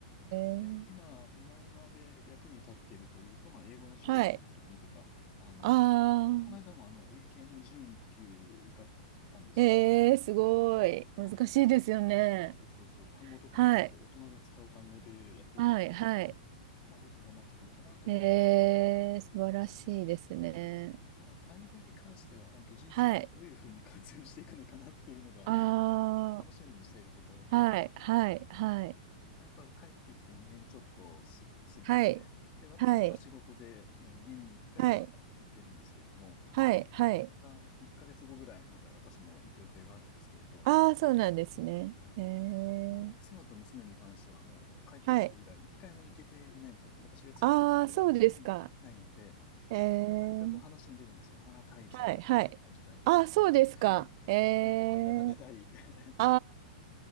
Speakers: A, on the left; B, on the right.
A: 実際、
B: ー
A: 今、今今で役に立っているというと、まあ、英語の授業で点数がいいとか、
B: はい。
A: あの、
B: あ
A: この間もあの、英検の準一級受かったんですよ。
B: あ、えー、すごい。
A: まあね、
B: 難しいですよね。
A: そ、そうそうそうそう、単語とかね、
B: はい。
A: やっぱり大人が使う単語でやってるので、
B: はい、はい。
A: まあ、よく頑張ってくれたなと思って。
B: えー、素晴らしいですね。
A: で、まあ、タイ語に関しては、本当人生でどういうふうに活用していくのかなっていうのが、
B: はい。あ
A: 逆にあの、楽しみにしているところで、
B: あ、はい、はい、はい。
A: まあ、やっぱ帰ってきて2年ちょっとす過ぎて、
B: はい、
A: で、私はまあ仕事で、
B: はい、
A: えー年に1回は行ってるんですけれども、
B: はい、はい、はい。
A: でまた1ヶ月後ぐらい、また私も行く予定があるんですけれど、
B: ああ、そうなんですね。
A: はい。
B: えー、
A: あの、妻と娘に関してはもう帰ってきて以来、
B: はい。
A: 1回も行けていないんですよ。私が連れて行けて、
B: ああ、そうですか。
A: うん、ないので、
B: えー、
A: まあ、何かと話に出るんですよ。ああ、タイ行きたい、
B: はい、はい。
A: チェンマイ行きたい、
B: ああ、
A: 友達に会いたい、
B: そうですか。
A: <laughs>
B: え
A: あそこのご飯が食べたい。
B: ー、
A: <laughs>
B: あ